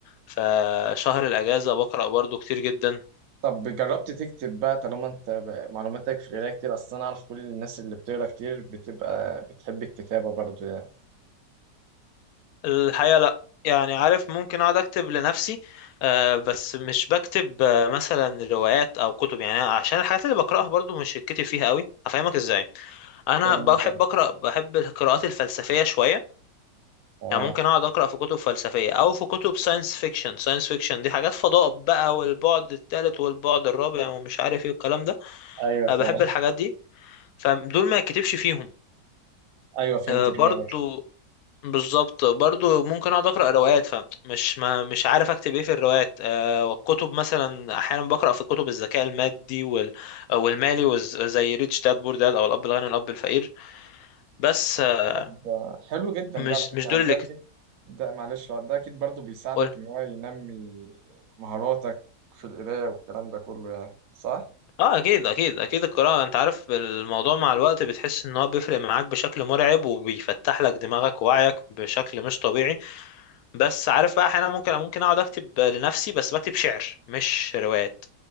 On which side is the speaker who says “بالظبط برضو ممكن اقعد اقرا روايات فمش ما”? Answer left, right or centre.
Left